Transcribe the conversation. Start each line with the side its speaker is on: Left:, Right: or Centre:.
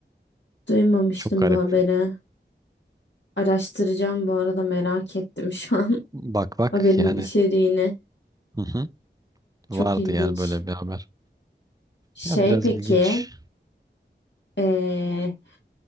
Left: Duymamıştım
Right: çok garip.
Left: bu haberi. Araştıracağım bu arada merak ettim şu an
Right: Bak
Left: <laughs>
Right: bak
Left: haberin
Right: yani
Left: içeriğini.
Right: hı hı, vardı
Left: Çok ilginç.
Right: yani böyle bir haber.
Left: Şey
Right: Ya biraz
Left: peki,
Right: ilginç.
Left: eee,